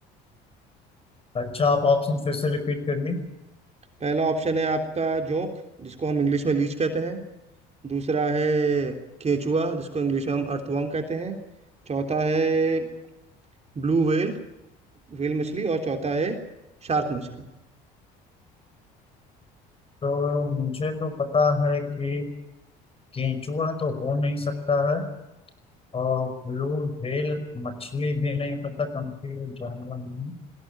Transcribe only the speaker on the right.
पहला ऑप्शन है आपका जोंक जिसको हम इंग्लिश में लीच कहते हैं दूसरा है केचुआ जिसको इंग्लिश में हम अर्थवर्म कहते हैं चौथा है ब्लू व्हेल व्हेल मछली और चौथा है शार्क मछली